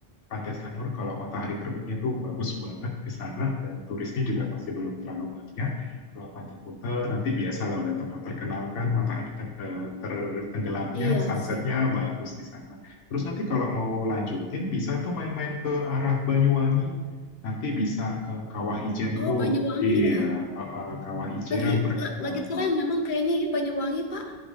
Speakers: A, on the left; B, on the left.
A: Pantai Sanur kalau matahari terbitnya itu bagus banget di sana dan turisnya juga masih belum terlalu banyak kalau Pantai Kuta nanti biasa lah udah tempat terkenal kan matahari te- eh, ter- tenggelamnya,
B: Iya
A: sunsetnya
B: sih.
A: bagus di sana. Terus nanti kalau mau lanjutin bisa tuh main-main ke arah Banyuwangi. Nanti bisa ke Kawah Ijen
B: Oh,
A: tuh.
B: Banyuwangi
A: Iya,
B: ya.
A: eh, eh, Kawah Ijen
B: Lagi
A: terkenal
B: la- lagi tren
A: banget.
B: memang kayaknya ya Banyuwangi, Pak.